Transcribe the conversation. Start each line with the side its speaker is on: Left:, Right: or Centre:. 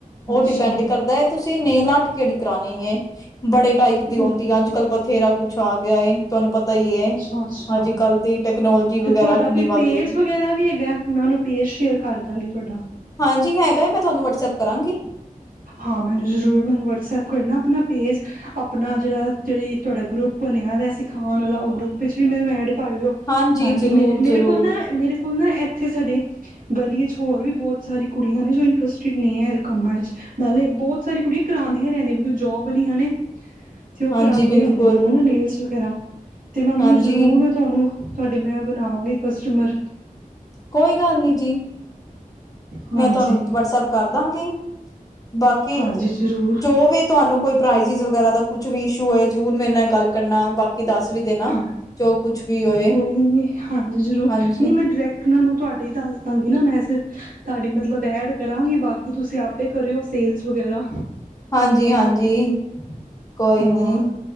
Right: ਅੱਛਾ
Left: ਉਹ ਡਿਪੈਂਡ ਕਰਦਾ ਹੈ, ਤੁਸੀਂ ਨੇਲ ਆਟ ਕਿਹੜੀ ਕਰਾਣੀ ਏ। ਜ <inaudible> ਬੜੇ ਟਾਈਪ ਦੀ ਆਉਂਦੀ
Right: ਓਕੇ
Left: ਹੈ, ਅੱਜ ਕੱਲ ਬਥੇਰਾ ਕੁਛ ਆ ਗਿਆ ਏ, ਤੁਹਾਨੂੰ ਪਤਾ ਹੀ ਹੈ
Right: ਅੱਛਾ ਅੱਛਾ
Left: ਅੱਜ-ਕੱਲ ਦੀ। ਟੈਕਨੋਲੋਜੀ ਵਗੈਰਾ
Right: ਤੇ ਤੁਹਾਡਾ
Left: ਕਿੰਨੀ
Right: ਕੋਈ
Left: ਵੱਧ
Right: ਪੇਜ
Left: ਰਹੀ
Right: ਵਗੈਰਾ ਵੀ ਹੈਗਾ, ਮੈਂ ਉਹਨੂੰ ਪੇਜ ਸ਼ੇਅਰ ਕਰ ਦਾਂਗੀ ਤੁਹਾਡਾ।
Left: ਹਾਂਜੀ ਹੈਗਾ ਮੈਂ ਤੁਹਾਨੂੰ ਵਟਸਐਪ ਕਰਾਂਗੀ
Right: ਹਾਂ ਮੈਨੂੰ ਜ਼ਰੂਰ ਮੈਨੂੰ ਵਟਸਐਪ ਕਰਨਾ ਆਪਣਾ ਪੇਜ ਆਪਣਾ ਜਿਹੜਾ ਜਿਹੜੀ ਤੁਹਾਡਾ ਗਰੁੱਪ ਬਣਿਆ ਰਿ ਸਿਖਾਉਣ ਵਾਲਾ ਉਹ ਗਰੁੱਪ ਵਿੱਚ ਵੀ ਮੈਨੂੰ ਐਡ ਕਰ ਲਿਓ
Left: ਹਾਂਜੀ
Right: ਤਾਂ
Left: ਜ਼ਰੂਰ
Right: ਕਿ ਮੇਰੇ, ਮੇਰੇ
Left: ਜ਼ਰੂਰ
Right: ਕੋਲ ਨਾ ਮੇਰੇ ਹੁਣ ਨਾ ਇਥੇ ਸਾਡੇ ਗਲੀ ਚ ਹੋਰ ਵੀ ਬਹੁਤ ਸਾਰੀ ਕੁੜੀਆਂ ਨੇ ਜੋ ਇੰਟਰਸਟਿਡ ਨੇ ਹੈ ਕੰਮਾਂ ਵਿਚ ਨਾਲੇ ਬਹੁਤ ਸਾਰੀ ਕੁੜੀਆਂ ਕਰਾਉਂਦੀਆਂ ਰਹਿੰਦੀਆਂ ਕਿਉ ਜੋਬ ਵਾਲੀਆਂ ਨੇ ਤੇ ਉਹ
Left: ਹਾਂਜੀ
Right: ਕਰਾਉਂਦੇ
Left: ਬਿਲਕੁਲ
Right: ਰਹਿੰਦੇ ਨੇ ਹਨਾ ਨੇਲਸ ਵਗੈਰਾ ਤੇ ਮੈਂ ਉਹ
Left: ਹਾਂਜੀ
Right: ਨੂੰ ਜ਼ਰੂਰ, ਮੈਂ ਤੁਹਾਨੂੰ ਤੁਹਾਡੇ ਮੈਂ ਬਣਾਵਾਂਗੀ ਕਸਟਮਰ
Left: ਕੋਈ ਗੱਲ ਨੀ ਜੀ
Right: ਹਾਂਜੀ
Left: ਮੈਂ ਤੁਹਾਨੂੰ ਵਟਸਐਪ ਕਰਦਾਂਗੀ ਬਾਕੀ
Right: ਹਾਂਜੀ ਜ਼ਰੂਰ
Left: ਜੋ ਵੀ ਤੁਹਾਨੂੰ ਕੋਈ ਪ੍ਰਾਈਜ਼ ਚਿਜ ਵਗੈਰਾ ਦਾ ਕੁਛ ਵੀ ਸ਼ੌ ਏ ਜ਼ਰੂਰ ਮੇਰੇ ਨਾਲ ਗੱਲ ਕਰਨਾ ਬਾਕੀ ਦੱਸ ਵੀ ਦੇਣਾ
Right: ਹਾਂ
Left: ਜੋ ਕੁਛ ਵੀ ਹੋਏ
Right: ਕੋਈ ਨਹੀਂ ਹਾਂਜੀ ਜ਼ਰੂਰ
Left: ਹਾਂਜੀ
Right: ਨਹੀਂ ਮੈਂ ਡਾਇਰੈਕਟ ਉਹਨਾਂ ਨੂੰ ਤੁਹਾਡੇ ਹੀ ਦੱਸ ਦਾਂਗੀ ਨਾ ਮੈਸਜ਼ ਤਾੜੀ ਮ ਲਬੈਡ ਕਰਾਂਗੇ ਬਾਕੀ ਕਿ ਤੁਸੀਂ ਆਪੇ ਕਰਿਓ ਸੇਲਸ ਵਗੈਰਾ
Left: ਹਾਂਜੀ- ਹਾਂਜੀ ਕੋਈ
Right: ਹਾਂ
Left: ਨੀ